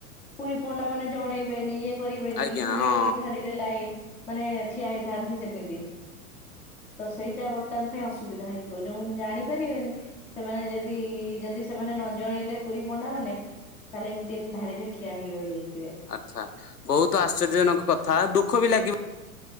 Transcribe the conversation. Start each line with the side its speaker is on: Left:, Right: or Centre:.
Centre: ପୁରୀ ପଣ୍ଡା ମାନେ ଜଣେଇବେନି ଇଏ କରିବେନି
Left: ଆଜ୍ଞା
Centre: ସେମିତି
Left: ହଁ
Centre: ଧାଡିରେ ଲାଇ ମାନେ ଠିଆ ହେଇଥାନ୍ତି ସେମିତି।
Left: <inaudible>
Centre: ତ ସେଇଟା ବର୍ତ୍ତମାନ ପାଇଁ ଅସୁବିଧା ହେଇଯିବ ଯୋଉମାନେ ଜାଣିପାରିବେନି ସେମାନେ ଯଦି ଯଦି ସେମାନେ ନ ଜଣେଇଲେ ପୁରୀ ପଣ୍ଡା ମାନେ ତାହେଲେ ଏମିତି ଏମିତି ଧାଡି ରେ ଠିଆ ହେଇି ରହିଯାଇଥିବେ।
Left: ଆଚ୍ଛା। ବହୁତ ଆଶ୍ଚର୍ଯ୍ୟଜନକ କଥା ଦୁଃଖ ବି ଲାଗିବ